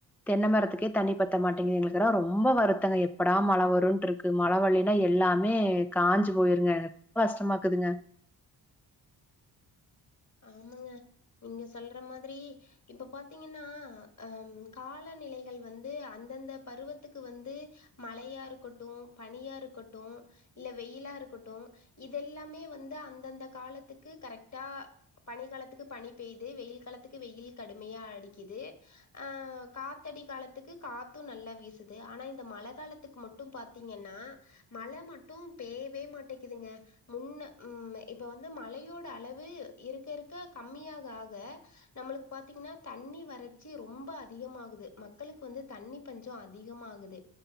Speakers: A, in the centre; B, on the left (about 35°).
A: தென்னை மரத்துக்கே தண்ணி பத்த மாட்டேங்குது எங்களுக்கெலா ரொம்ப வருத்தங்க எப்படா மழ வருன்ட்ருக்கு மழ வல்லினா எல்லாமே காஞ்சு போயிருங்க ரொம்ப கஷ்டமாக்குதுங்க
B: ஆமங்க நீங்க சொல்ற மாதிரி இப்ப பாத்திங்கன்னா அ காலநிலைகள் வந்து அந் அந்தந்த பருவத்துக்கு வந்து மழையா இருக்கட்டு பனியா இருக்கட்டு இல்ல வெயிலா இருக் இருக்கட்டு இதெல்லாமே வந்து அந்தந்த காலத்துக்கு கரெக்டா பனிகாலத்துக்கு பனி பேய்து வெயில் காலத்துக்கு வெயில் கடுமையா அடிக்குது ஆ காத்த காலத்துக்கு காத்து நல்லா வீசுது ஆனா இந்த மழ காலத்துக்கு மட்டு பாத்திங்கன்னா மழ மட்டும் பேயவே மாட்டேங்குதுங்க முன்ன உ இப்ப வந்து மழையோட அளவு இருக்க இருக்க கம்மியாக ஆக நம்மளுக்கு பாத்திங்னா தண்ணி வறட்சி ரொம்ப அதிகமாகு து மக்களுக்கு வந்து தண்ணி பஞ்ச அதிகமாகுது